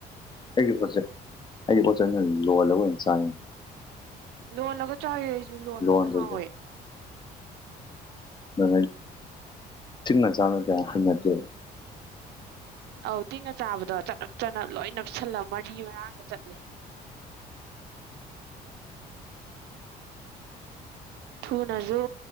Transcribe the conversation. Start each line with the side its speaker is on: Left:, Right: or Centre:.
Left: ꯑꯩꯒꯤ ꯄꯣꯠꯆꯦ ꯑꯩꯒꯤ ꯄꯣꯠꯆꯦ ꯅ ꯂꯣꯜꯂꯒ ꯑꯣꯏꯅ ꯁꯥꯡꯉꯦ
Right: ꯂꯣꯜꯂꯒ ꯆ ꯆꯥꯎꯋ ꯑꯩꯁꯨ ꯂꯣꯟꯕꯅ
Left: ꯂꯣꯟꯗꯗꯤ
Right: ꯍꯥꯎꯋꯦ
Left: ꯅ ꯊꯤꯅ ꯆꯥꯂ ꯇ ꯊꯅꯠꯇ
Right: ꯑꯧ ꯇꯤꯡꯉ ꯆꯥꯕꯗꯣ ꯆꯅꯞ ꯆꯅ ꯂꯣꯏ ꯅꯞꯁꯤꯜꯂ ꯃꯔꯤ ꯃꯔꯥꯡꯗ ꯆꯠꯂꯦ ꯊꯨꯅꯁꯨ